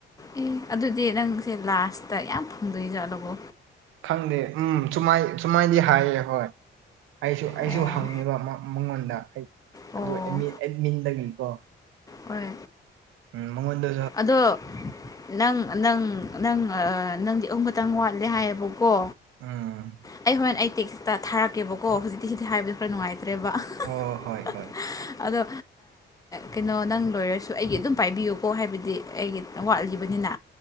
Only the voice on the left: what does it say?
ꯑꯦ ꯑꯗꯨꯗꯤ ꯅꯪꯁꯦ ꯂꯥꯁꯇ ꯌꯥꯝ ꯐꯪꯗꯣꯏꯖꯥꯠꯂꯒꯣ
ꯑꯣ
ꯑꯣ
ꯍꯣꯏ
ꯑꯗꯣ ꯅꯪ ꯑꯥ ꯅꯪ ꯑꯥ ꯅꯪ ꯑꯥ ꯅꯪꯒꯤ ꯑꯍꯨꯝ ꯈꯛꯇꯪ ꯋꯥꯠꯂꯦ ꯍꯥꯏꯌꯦꯕꯀꯣ
ꯑꯩ ꯍꯣꯔꯦꯟ ꯑꯩ ꯇꯦꯛꯁꯇꯥ ꯊꯥꯔꯛꯀꯦꯕꯀꯣ ꯍꯧꯖꯤꯛꯇꯤ ꯁꯤꯗꯤ ꯍꯥꯏꯕꯗꯣ ꯈꯔ ꯅꯨꯡꯉꯥꯏꯇ꯭ꯔꯦꯕ <unintelligible>
ꯑꯗꯣ ꯀꯩꯅꯣ ꯅꯪ ꯂꯣꯏꯔꯁꯨ ꯑꯩꯒꯤ ꯑꯗꯨꯝ ꯄꯥꯏꯕꯤꯌꯨꯀꯣ ꯍꯥꯏꯕꯗꯤ ꯑꯩꯒꯤ ꯋꯥꯠꯂꯤꯕꯅꯤꯅ